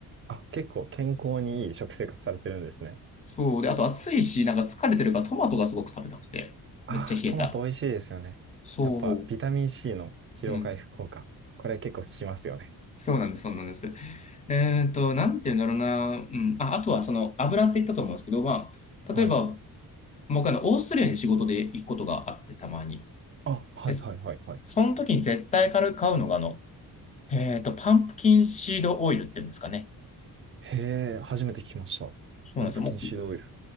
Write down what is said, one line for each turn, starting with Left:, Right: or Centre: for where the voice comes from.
Right: あ、あ、結構健康にいい食生活されてるんですね。
Left: そう。で、あと暑いし、なんか疲れてるからトマトがすごく食べたくて。
Right: ああ、
Left: めっちゃ冷えた。
Right: トマト美味しいですよね。
Left: そ
Right: やっぱ、ビタミン C の疲労回復効果。
Left: う。うん。
Right: これ結構効きますよね。
Left: そうなんです、そうなんです。えっと、なんて言うんだろうな。うん。あ、あとはその油って言ったと思うんですけど、まあ、
Right: はい。
Left: 例えば、僕あの、オーストラリアに仕事で行くことがあって、たまに。
Right: あ、はいはいはいはい。
Left: で、その時に絶対買う買うのが、あの、えっと、パンプキンシードオイルって言うんですかね。
Right: へえ、初めて聞きました。
Left: そうなんですよ。
Right: パンプキンシードオイル。
Left: もう